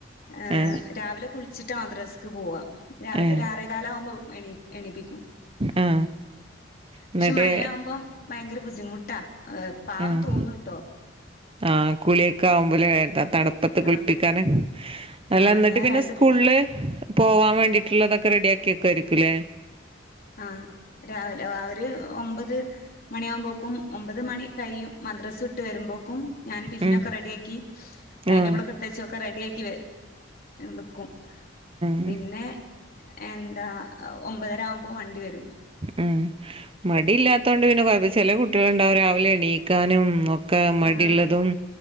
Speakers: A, on the left (about 55°); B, on the right (about 30°).
A: ഏഹ്
B: ഏ
A: രാവിലെ കുളി ച്ചിട്ടാ മദ്രസ്ക്ക് പോവാ രാവിലെ
B: ഏ
A: ഒരു ആറേ കാൽ ആകുമ്പോ എണീ എണിപ്പിക്കും
B: ആ എന്നിട്ട്
A: പക്ഷെ മഴ ആകുമ്പം ഭയങ്കര ബുദ്ധിമുട്ടാ ഏഹ് പാവം
B: ആഹ്
A: തോന്നൂട്ടോ
B: ആഹ് കുളി ഒക്കെ ആവുമ്പോ ലേ ത തണ് പ്പത്ത് കുളിപ്പിക്കാന്
A: ആഹ്
B: അല്ല
A: ആഹ്
B: ഇന്നട്ട്
A: ഞാൻ
B: പിന്നെ
A: രണ്ട്
B: സ്കൂളില്
A: ദി
B: പോവാൻ വേണ്ടിട്ടുള്ള ഇതൊക്കെ റെഡിയാക്കി വെക്കു ആയിരിക്കൂല്ലേ
A: ആഹ് രാവിലെ ആഹ് ഒരു ഒമ്പത് മണി ആകുമ്പോക്കും ഒമ്പത് മണി കയ്യും മദ്രസ് ഇട്ട് വരുമ്പോൾക്കും ഞാൻ ടിഫിനൊക്കെ
B: ഉം
A: റെഡിയാക്കി ടൈം
B: ആ
A: ടേബിൾ ഒക്കെ എടുത്ത് വച്ച് ഒക്കേ റെഡിയാക്കി നിക്കും
B: ആ
A: പിന്നെ എന്താ ഒമ്പതര ആവുമ്പോ വണ്ടി വരും
B: ഉം മടി ഇല്ലാത്ത കൊണ്ട് പിന്നെ ചെല കുട്ടികളുണ്ടാവും രാവിലെ എണീക്കാനും ഓക്കേ ഈ മടിള്ളതും
A: ആഹ്